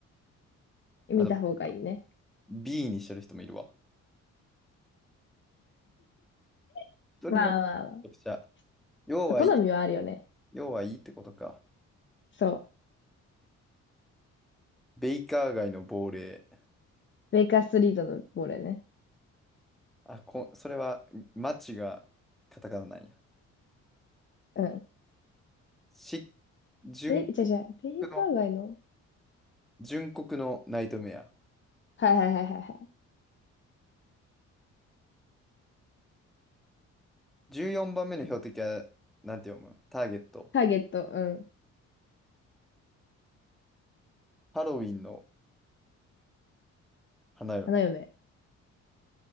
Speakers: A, on the left (about 40°); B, in the centre.
A: 見た方がいいね。
B: あと、B にしてる人もいるわ。
A: <laughs>
B: 人によるめちゃくちゃ
A: まあまあまあ。
B: 要はいい、
A: 好みはあるよね。
B: 要はいいってことか。
A: そう。
B: ベイカー街の亡霊。
A: ベイカーストリートのボールね。
B: あ、こ、それは、マチがカタカナなんや。
A: うん。
B: し、純
A: え、じゃじゃ、ベイカー街の
B: 国の、純国のナイトメア。
A: はいはいはいはいはい。
B: 14番目の標的は、なんて読むターゲット。
A: ターゲット、うん。
B: ハロウィンの花嫁。
A: 花嫁。